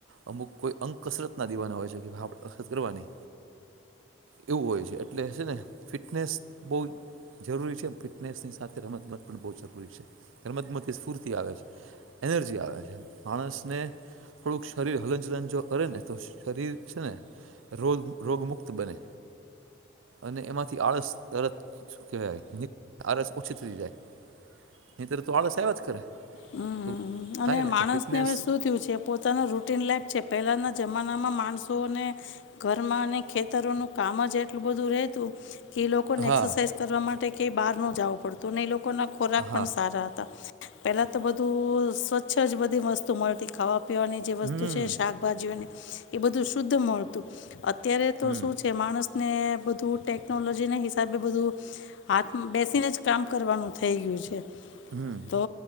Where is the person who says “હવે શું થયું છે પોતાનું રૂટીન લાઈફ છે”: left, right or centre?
Left